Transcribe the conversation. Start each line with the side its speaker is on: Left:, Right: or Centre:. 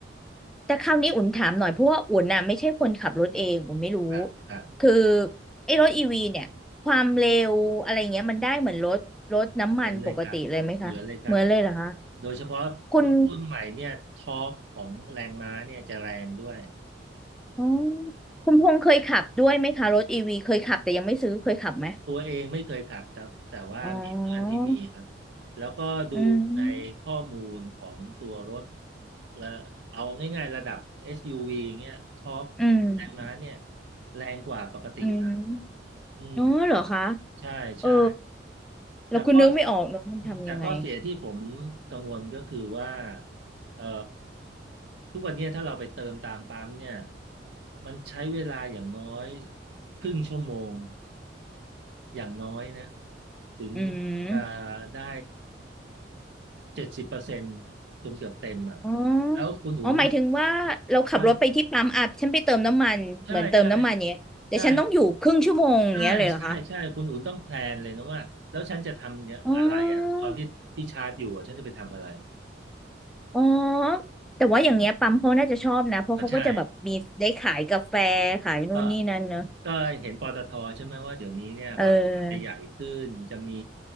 Centre: แต่คราวนี้อุ่นถามหน่อยเพราะว่าอุ่นน่ะไม่ใช่คนขับรถเองอุ่นไม่รู้
Right: ครับครับ
Centre: คือไอ้รถอีวีเนี่ยความเร็วอะไรเงี้ยมันได้เหมือนรถรถน้ำมันปกติเลยไหมคะเหมือนเลยเหรอคะ
Right: เหมือนเลยครับเหมือนเลยครับโดยเฉพาะรถรุ่นใหม่เนี่ยทอร์กของแรงม้าเนี่ยจะแรงด้วย
Centre: คุณอ๋อคุณพงษ์เคยขับด้วยไหมคะรถอีวีเคยขับแต่ยังไม่ซื้อเคยขับไหม
Right: ตัวเองไม่เคยขับครับแต่ว่ามีเพื่อนที่มีครับ
Centre: อ๋อ
Right: แล้วก็ดูในข้อมูลของตัวรถ
Centre: อืม
Right: และเอาง่ายๆระดับ SUV เงี้ยทอร์กแรงม้าเนี่ย
Centre: อืม
Right: แรงกว่าปกตินะ
Centre: อืมอ๋อเหรอคะ
Right: อืม ใช่ใช่
Centre: เออ
Right: แต่ข้อ
Centre: แล้วคุณนึกไม่ออกเนาะมันทำยังไง
Right: แต่ข้อเสียที่ผมกังวลก็คือว่าเอ่อทุกวันเนี้ยถ้าเราไปเติมตามปั๊มเนี่ยมันใช้เวลาอย่างน้อยครึ่งชั่วโมงอย่างน้อยนะถึง
Centre: อืม
Right: จะได้เจ็ดสิบเปอร์เซ็นต์จนเกือบเต็มอ่ะ
Centre: อ๋อ
Right: แล้วคุณอุ่น
Centre: อ๋อหมายถึงว่าเราขับรถไปที่ปั๊มอ่ะฉันไปเติมน้ำมันเหมือนเติมน้ำมันเนี้ยแต่ฉันต้องอยู่ครึ่งชั่วโมงอย่างเงี้ยเลยเหรอคะ
Right: ใช่ใช่ใช่ใช่ใช่ใช่คุณอุ่นต้องแพลนเลยนะว่าแล้วฉันจะทำอะไรอ่ะตอนที่ที่ชาร์จอยู่อะฉันจะไปทำอะไร
Centre: อ๋ออ๋อแต่ว่าอย่างเงี้ยปั๊มเขาน่าจะชอบนะ เพราะเขาก็จะแบบมีได้ขายกาแฟขายนู่นนี่นั่นเนอะ
Right: อ่ะใช่ ก็ก็เห็นปตทใช่ไหมว่าเดี๋ยวนี้เนี่ยปตทจะใหญ่ขึ้นจะมี
Centre: เออ